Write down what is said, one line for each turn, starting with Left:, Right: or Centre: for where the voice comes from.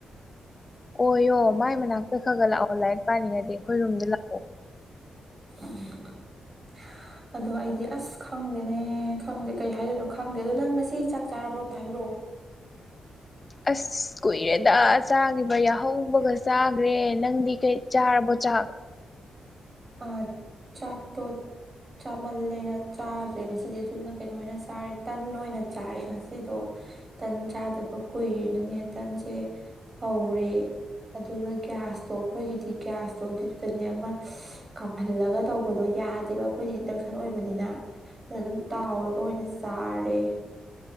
Left: ꯑꯣꯢꯌꯣ ꯃꯥꯏ ꯃꯅꯥꯛꯇ ꯈꯔ-ꯈꯔ ꯂꯥꯛꯑꯣ ꯂꯥꯏꯔꯤꯛ ꯄꯥꯅꯤꯡꯉꯗꯤ ꯑꯩꯈꯣꯏ ꯔꯨꯝꯗ ꯂꯥꯛꯑꯣ
Right: <inaudible> ꯑꯗꯣ ꯑꯩꯗꯤ ꯑꯁ ꯈꯪꯗꯦꯅꯦ ꯈꯪꯗꯦ ꯀꯩ ꯍꯥꯏꯗꯣꯏꯅꯣ ꯈꯪꯗꯦ ꯑꯗꯣ ꯅꯪ ꯉꯁꯤ ꯆꯥꯛ ꯆꯥꯔꯕꯣ ꯑꯝꯇ ꯍꯥꯏꯕꯤꯔꯛꯑꯣ <inaudible>
Left: ꯑꯁ ꯀꯨꯏꯔꯦꯗ ꯆꯥꯒꯤꯕ ꯌꯥꯍꯧꯕꯒ ꯆꯥꯒ꯭ꯔꯦ ꯅꯪꯗꯤ ꯀꯩ ꯆꯥꯔꯕꯣ ꯆꯥ ꯆꯥꯛ
Right: ꯑ ꯆꯥꯛ ꯇꯣ ꯆꯥꯃꯜꯂꯦꯅ ꯆꯥꯗ꯭ꯔꯦ ꯉꯁꯤꯗꯤ ꯑꯗꯨꯅ ꯀꯩꯅꯣ ꯑꯣꯏꯅ ꯆꯥꯔꯦ ꯇꯟ ꯑꯣꯏꯅ ꯆꯥꯔꯦ ꯉꯁꯤꯗꯣ ꯇꯟ ꯆꯥꯗꯕ ꯀꯨꯏꯔꯦꯅꯅꯦ ꯇꯟꯁꯦ ꯍꯧꯔꯦ ꯑꯗꯨꯒ ꯒ꯭ꯌꯥꯁꯇꯣ ꯑꯩꯈꯣꯏꯒꯤꯗꯤ ꯒ꯭ꯌꯥꯁꯇꯣ ꯑꯗꯨ ꯑꯗꯨꯅꯦ ꯑꯃ ꯀꯥꯝꯍꯜꯂꯒ ꯇꯧꯕꯗꯣ ꯌꯥꯗꯦꯕ ꯑꯩꯈꯣꯏꯗꯤ ꯏꯟꯗꯛꯁꯟ ꯑꯣꯏꯕꯅꯤꯅ ꯑꯗꯨꯝ ꯇꯥꯎꯔꯒ ꯑꯣꯏꯅ ꯆꯥꯔꯦ